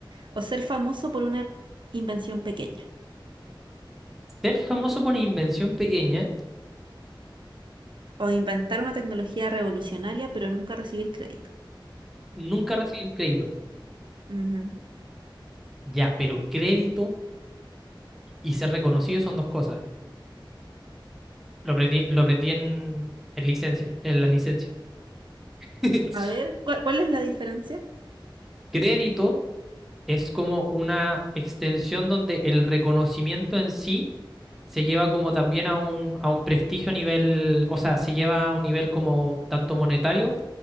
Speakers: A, on the right; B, in the centre.
A: ¿O ser famoso por una invención pequeña?
B: Ser famoso por invención pequeña,
A: ¿O inventar una tecnología revolucionaria pero nunca recibir crédito?
B: nunca recibir crédito.
A: Ujú.
B: Ya, pero crédito y ser reconocido son dos cosas. Lo aprendí, lo aprendí en, en licencia, en las licencias. <laughs>
A: A ver, ¿cuál, cuál es la diferencia?
B: Crédito es como una extensión donde el reconocimiento en sí se lleva como también a un, a un prestigio a nivel, o sea, se lleva a un nivel como tanto monetario